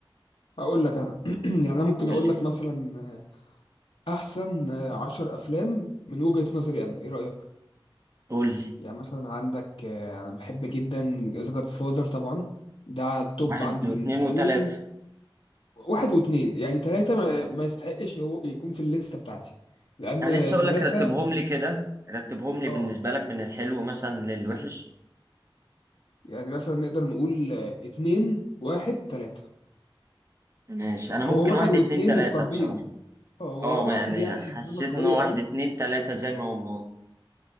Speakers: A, on the left; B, on the right.
A: اقول لك انا <clears throat> يعني انا ممكن
B: قول
A: اقول
B: لي
A: لك مثلا آه، احسن آه، عشر افلام من وجهه نظري انا ايه رايك
B: قول لي
A: يعني مثلا عندك آه، انا بحب جدا ذا جاد فاذر طبعا ده على التوب
B: واحد
A: عندي
B: واثنين
A: بالنسبه
B: وثلاثه
A: لي واحد واتنين يعني تلاته ما, ما يستحقش هو يكون في الليسته بتاعتي لان
B: انا لسه اقول
A: تلاتة
B: لك رتبهم لي كده رتبهم لي
A: اه
B: بالنسبه لك من الحلو مثلا للوحش
A: يعني مثلا نقدر نقول آه، اتنين واحد تلاتة
B: ماشي انا
A: هو
B: ممكن
A: واحد
B: واحد
A: واتنين
B: اتنين تلاته
A: متقاربين
B: بصراحه
A: آه، هو
B: اه ما
A: واحد
B: يعني
A: يعني
B: حسيت
A: نمر قوية
B: ان هو واحد
A: قوي
B: اتنين تلاته زي ما هم